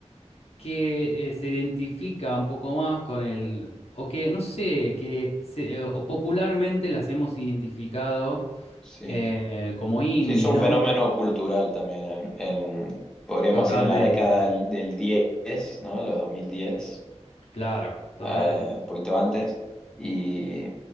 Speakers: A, on the left; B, in the centre.
A: que eh, se identifica un poco más con el, o que, no sé, que se- eh, o popularmente las hemos identificado
B: sí.
A: eh, como indie,
B: Se hizo un
A: ¿no?
B: fenómeno cultural también, en, en- podríamos
A: Totalmente.
B: decir en la década del, del 10, ¿no? Los 2010,
A: Claro, total.
B: eh, un poquito antes. Y